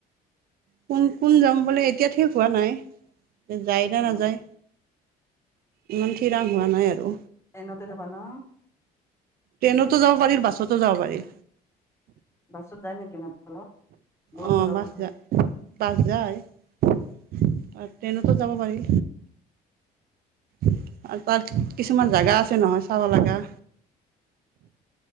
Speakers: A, on the right; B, on the left.
A: কোন কোন যাম বোলে এতিয়া ঠিক হোৱা নাই। যায় না নাযায়
B: অ
A: ইমান থিৰাং হোৱা নাই আৰু।
B: ট্ৰেইনতে যাবা ন?
A: ট্ৰেইনতো যাব পাৰি বাছতো যাব পাৰি।
B: বাছত যায় নেকি? নেপালত বহুত
A: অঁ
B: দূৰ হ'ব
A: বাছ
B: চোন।
A: যায় বাছ যায় আৰু ট্ৰেইনতো যাব পাৰি। আৰু তাত কিছুমান জাগা আছে নহয় চাব লগা।